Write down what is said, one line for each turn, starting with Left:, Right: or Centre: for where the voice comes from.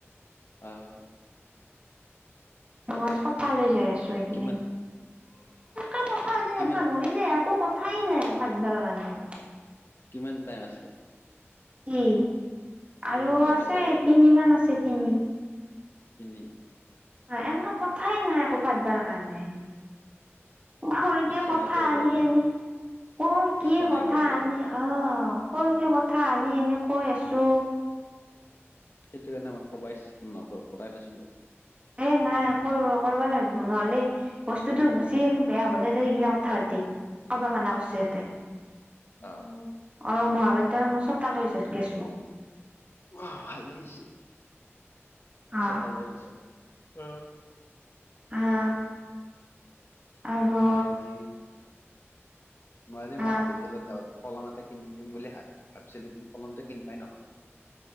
Left: আহ
Right: মই চকালে যাই আছো এইকিদিন।
Left: কিমান
Right: কথা
Left: কি
Right: পাতি
Left: কিমান
Right: থাকিবা নোৱাৰলে একো কথাই নাই পাতিবাৰ কাৰণে
Left: কিমান টাইম আছে?
Right: কি
Left: কিমান
Right: আৰু
Left: টাইম
Right: আছে
Left: আৰু
Right: তিনি মান আছে তিনি
Left: তিনি
Right: অ এনেকুৱা কথাই নাই একৌ পাতবাৰ কাৰণে ঘৰকে
Left: ইচ্ছা
Right: কথা
Left: নাইকিয়াই
Right: আনি
Left: যায় নে
Right: আনি কৰ
Left: ইচ্ছা
Right: কি
Left: নাইকিয়াই
Right: কথা
Left: যায়
Right: আনি অ কৰ কি কথা আনি এনে কৈ আছ চো
Left: সেইটো কাৰণে আমাৰ কবাই ইচ্ছা কৰাই নাছিলো
Right: এ নাই কৰ কৰিব লাগিব নহলে বস্তুতো বেছি হলি বেয়া হ'ব ন এইগিলা কথা পাতি কব মানা কৰিছো ইহতে
Left: আহ
Right: উ অ মহাবিদ্যয়ালয় মই ছত লৈ গেছো
Left: অ ভালেইছি আছা
Right: আহ
Left: তালৈ গৈছে উ
Right: হা। আৰু
Left: মই আজি মই আজি
Right: আহ
Left: মহবিদ্যালয়ত যাওঁতে কলম এটা কিনিম বুলি ভাব ভাবিছিলো কিন্তু কলমটো কিনিবাই নহল।